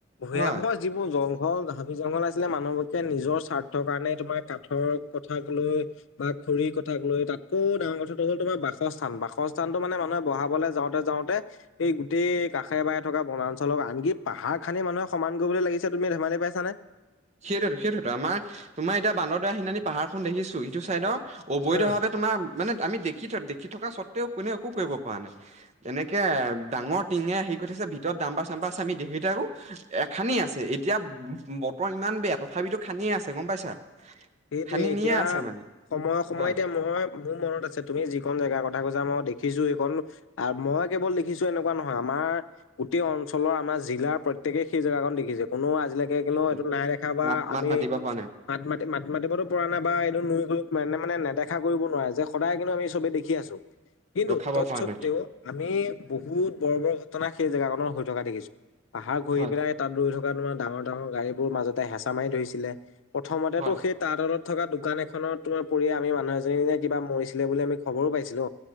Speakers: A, on the left; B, on the right.
A: ভৈয়ামৰ
B: হয়
A: যিবোৰ জংঘল দে জংঘল আছিলে মানুহবকে নিজৰ স্বাৰ্থৰ কাৰণে তোমাৰ কাঠৰ কথাক লৈ বা খৰি কথা তাক লৈ তাতকৈও ডাঙৰ কথাটো হল তোমাৰ বাসস্থান বাসস্থানতটো মানে মানুহে বহাবলৈ যাওঁতে যাওঁতে এ ই গোটেই কাষে বা হে থকা বনাঞ্চলক আনকি পাহাৰ খানি মানুহে সমান কৰিবলৈ লাগিছে তুমি ধেমালি পাইছানে।
B: সেইটোতো সেইটোটো আমাৰ তোমাৰতিয়া বান্দাৰ দুৱা সিনানি পাহাৰখন দেখিছো ইটো চাইডৰ অবৈধভাৱে
A: উম।
B: তোমাৰ মানে আমি দেখি থ দেখি থকা সতে কোনে একো কৰিব পৰা নাই, এনেকে ডাঙৰ তিঙে হে কৰিঠৈছে ভিতৰত দাম্বাৰ চাম্বাৰ চামি দে সেই আকৌ এ খানি আছে এতিয়া বতৰ ইমান বেয়া তথাপিতো খনিয়ে আছে গম পাইছা।
A: সেইটোৱে
B: খান্দি
A: এতিয়া
B: নিয়ে আছে মানে
A: সময়ে সময়ে
B: হয়
A: এতিয়া মই মোৰ মনত আছে তুমি যিখন জেগাৰ কথা কৈছা মই দেখ দেখিছো সেইখনণ, মই কেৱল দেখিছো এনেকুৱা নহয় আমাৰ গোটেই অঞ্চলৰ আমাৰ জিলাৰ প্ৰ প্ৰত্যেকেই সেই জেগাখনন দেখিছে কোনো আজিলৈকে কিন্তু
B: মাত
A: এইটো নাই দেখা বা আমি
B: মাত মাতিব পৰা নাই
A: মাত মাতি পাতি পো পৰা নাই বা এই নুই মানে মানে নেদখা কৰিব নোৱাৰে যে সদায় কিন্তু আমি চবে দেখি আছো। কিন্তু
B: ৰখাব
A: তৎস্বত্বেও
B: পৰা নাই
A: আমি বহুত বৰ বৰ ঘটনা সেই জেগাকনত হৈ থকা দেখিছো পাহাৰ ঘূৰি
B: হয়
A: পেলাই তাত ৰৈ থকা তোমাৰ ডাঙৰ ডাঙৰ গাড়ীবোৰ মাজতে হেঁচা মাৰি ধৰিছিলে, প্ৰথমতে
B: হয়
A: সেই তাঁত তলত থকা দোকান এখনত তোমাৰ পৰি আমি মানুহ এজনীনে কিবা মৰিছিলে বুলি আমি খবৰো পাইছিলো।